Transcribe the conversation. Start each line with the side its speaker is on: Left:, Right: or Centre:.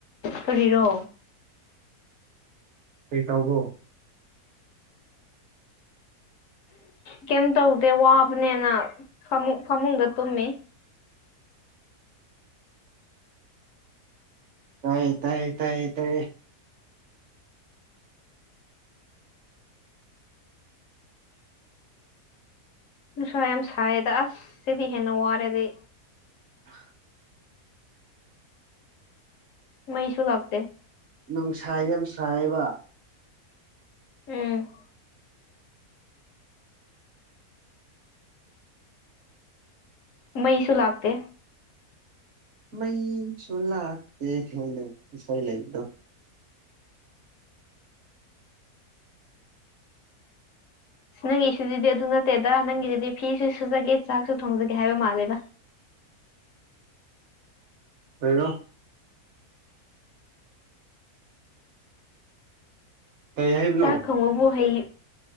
Left: ꯁꯔꯤꯔꯣ
Right: ꯀꯩ ꯇꯕꯣ
Left: ꯀꯩꯝ ꯇꯧꯗꯦ ꯋꯥꯕꯅꯦꯅ ꯐꯃꯨꯡ ꯐꯃꯨꯡꯗ ꯇꯨꯝꯃꯤ
Right: ꯇꯥꯏ ꯇꯥꯏ ꯇꯥꯏ ꯇ
Left: ꯅꯨꯡꯁ ꯌꯥꯝ ꯁꯥꯏꯗ ꯑꯁ ꯁꯤꯗꯤ ꯍꯦꯟꯅ ꯋꯥꯔꯦꯗꯤ
Right: ꯑ
Left: ꯃꯩꯁꯨꯨ ꯂꯥꯛꯇ
Right: ꯅꯨꯡꯁꯥꯏ ꯌꯥꯝꯁꯥꯏꯕ
Left: ꯎꯝ ꯃꯩꯁꯨ ꯂꯥꯛꯇ
Right: ꯃꯩ ꯁꯣꯂꯥꯛ ꯀꯦꯗ ꯉꯁꯥꯏ ꯂꯩꯗꯣ
Left: ꯅꯪꯒꯤꯁꯨꯗꯨꯗꯤ ꯑꯗꯨ ꯅꯠꯇꯦꯗ ꯅꯪꯒꯤꯗꯨꯗꯤ ꯐꯤꯁꯨ ꯁꯨꯖꯒꯦ ꯆꯥꯛꯁꯨ ꯊꯣꯡꯖꯒꯦ ꯍꯥꯏꯕ ꯃꯥꯜꯂꯦꯒ
Right: ꯍꯔꯣ ꯀꯩ ꯍꯥꯏꯕꯅꯣ
Left: ꯆꯈꯉꯕꯍꯩ